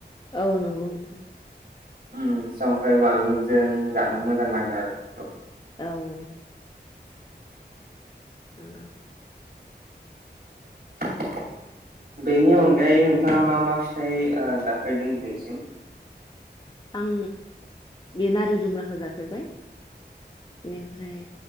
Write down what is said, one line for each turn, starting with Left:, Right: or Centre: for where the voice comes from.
Left: औ नंगौ नोंथां
Right: उम संख्रै बानलुजों जानो मोजां नाङो आरो बेखौ
Left: औ नंगौ
Right: <inaudible> बेनि अनगायै नोंथाङा मा मा फिथाइ ओ जाफेरदों दिनैसिम?
Left: आं बे नारें जुमब्राखौ जाफेरबाय एनिफ्राय